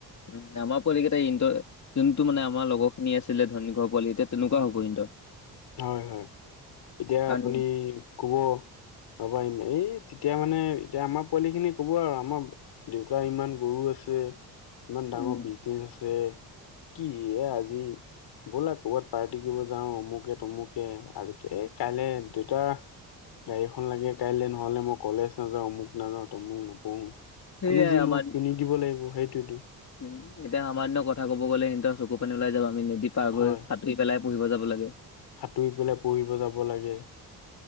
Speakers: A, on the left; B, on the left.
A: উম', আমাৰ পোৱালিকেইটাই ইনত যোনটো মানে আমাৰ লগৰখিনি আছিলে-ধনী ঘৰ পোৱালি। এতিয়া তেনেকুৱা
B: উম
A: হ'ব ইহনতেওঁ।
B: হয়, হয় তেতিয়া
A: কাৰণ
B: আপুনি কব পাবা আহিম এই তেতিয়া মানে এতিয়া আমাৰ পোৱালি খিনি কব আৰু আমাৰ দেউতাৰ ইমান গৰু আছে। ইমান ডাঙৰ
A: উম,
B: বিজনেচ আছে কি এ আজি ব'লা ক'ৰবাত পাৰ্টি কৰিব যাওঁ অমুকে তুমুকে আজি এই কাইলৈ দেউতা গাড়ীখন লাগে কাইলৈ নহলে মই কলেজ নাযাওঁ অমুক নাযাও তমুক নপঢ়ো
A: সেইয়াই
B: আমি যিনহওক
A: আমাৰ
B: কিনি দিব লাগিব সেইটোতো
A: উম এতিয়া আমাৰ দিনৰ কথা কব গলে সিহঁতৰ চকু পানী ওলাই যাব আমি নদী পাৰ
B: হয়
A: হৈ সাতুৰি পেলাই পঢ়িব যাব লাগে।
B: সাঁতুৰি পেলাই পঢ়িব যাব লাগে।